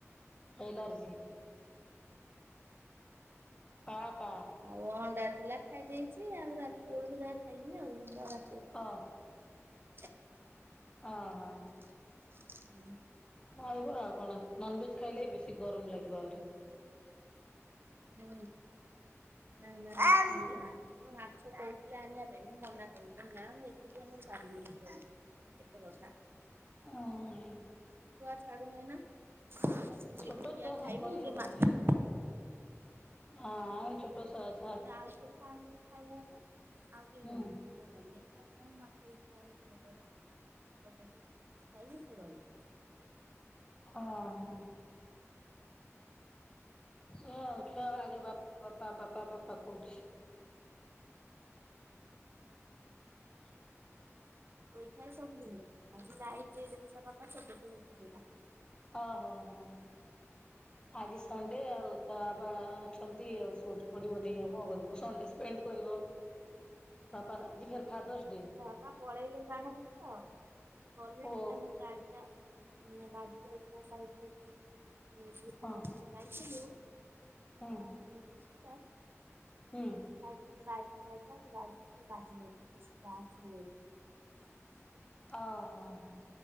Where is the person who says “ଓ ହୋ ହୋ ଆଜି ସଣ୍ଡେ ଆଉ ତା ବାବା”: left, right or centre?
Left